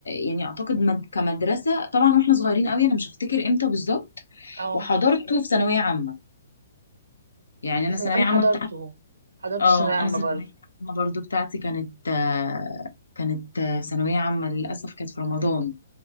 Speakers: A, on the left; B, on the right.
A: يعني اعتقد مد- كمدرسه طبعا واحنا صغيرين قوي انا مش هفتكر امتى بالظبط
B: اه
A: وحضرته في ثانويه عامه يعني
B: في
A: انا
B: سنة...
A: ثانويه
B: انا
A: عامه
B: حضرته حضرت
A: اه
B: ثانويه عامه
A: انا ثانويه
B: برضه
A: عامه برضو بتاعتي كانت آه، كانت آه، ثانويه عامه للاسف كانت في رمضان